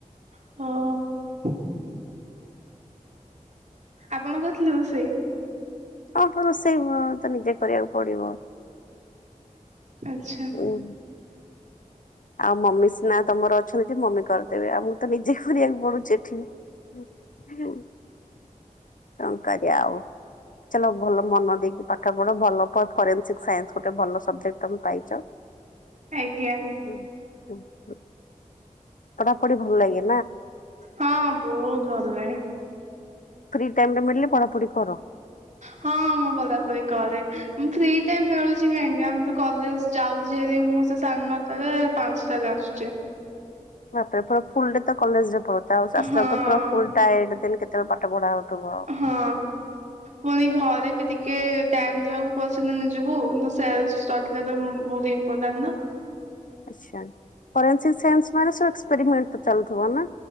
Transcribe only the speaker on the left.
ହଁ ତ ରୋଷେଇ ଭ ତ ନିଜେ କରିବାକୁ ପଡି଼ବ।
ଉଁ। ଆଉ ମମି ସିନା ତମର ଅଛନ୍ତି ମମି କରିଦେବେ ଆଉ ମୁଁ ତ ନିଜେ କରିବାକୁ ପଡୁଛି ଏଠି। କଣ କରିବା ଆଉ ଚାଲ ଭଲ ମନ ଦେଇକି ପାଠ ପଢ଼ ଭଲ କ ଫରେନ୍ସିକ୍ ସାଇନ୍ସ ଗୋଟେ ଭଲ ସବଜେକ୍ଟ ତମେ ପାଇଛ।
ହୁଁ। ହୁଁ ପା। ପଢ଼ା ପଢି଼ ଭଲ୍ ଲାଗେ।
ଫ୍ରୀ ଟାଇମ୍ ଟେ ମିଳିଲେ ପଢ଼ାପଢ଼ି କର।
ମତେ ତ ଫୁଲ୍ ଡେ ତ କଲେଜରେ। ଓଦା ବର୍ଷା ଆସ୍ତା
ଉରାକୁ ତ ପୁରା ଫୁଲ୍ ଟାଏଡେ ଦେଲେ କେତେବେଳେ ପାଠ ପଢା ହଉଥିବ ଆଉ।
ଆଛା ଫରେନ୍ସିକ ସାଇନ୍ସ ମାନେ ସଷ୍କ ଏକ୍ସପେରିମେଣ୍ଟ ତ ଚାଲୁଥିବ ନା।